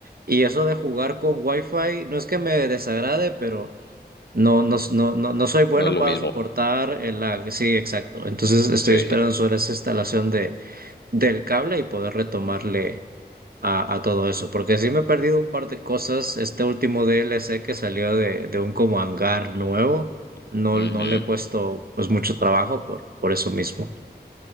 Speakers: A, on the right; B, on the left.
A: Y eso de jugar con Wi-Fi no es que me desagrade, pero no, no, no, no, no soy bueno
B: No es lo
A: para
B: mismo.
A: soportar el lag. Sí, exacto. Entonces estoy
B: Sí.
A: esperando solo esa instalación de, del cable y poder retomarle a, a todo eso, porque sí me he perdido un par de cosas. Este último D L C que salió de, de un como hangar nuevo, no,
B: Ujú.
A: no le he puesto pues mucho trabajo por, por eso mismo.